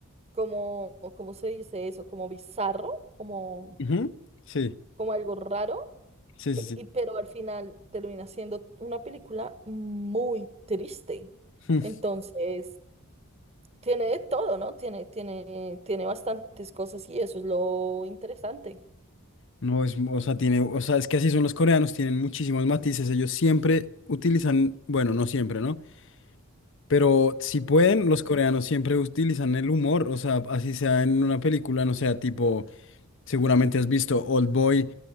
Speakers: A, on the right (about 30°); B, on the left (about 60°).
A: como, o ¿cómo se dice eso? Como bizarro, como,
B: Ujú, Sí,
A: como algo raro,
B: sí,
A: pe-
B: sí, sí.
A: y, pero al final termina siendo una película muy triste.
B: Mm,
A: Entonces, tiene de todo, ¿no? Tiene, tiene, tiene bastantes cosas y eso es lo interesante.
B: No es, o sea, tiene, o sea, es que así son los coreanos, tienen muchísimos matices, ellos siempre utilizan, bueno, no siempre, ¿no? Pero si pueden, los coreanos siempre utilizan el humor, o sea, así sea en una película, no sea tipo, seguramente has visto Old Boy,